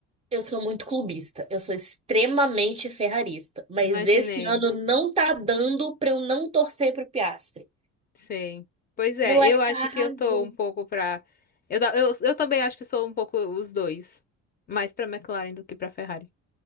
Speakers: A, on the right; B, on the left.
A: Eu sou muito clubista, eu sou extremamente ferrarista, mas
B: Imaginei.
A: esse ano não tá dando pra eu não torcer pro Piastri.
B: Sim. Pois é,
A: O moleque
B: eu acho
A: tá arrasando.
B: que eu tô um pouco pra. Eu, ta- eu, eu também acho que sou um pouco os dois. Mais pra McLaren do que pra Ferrari.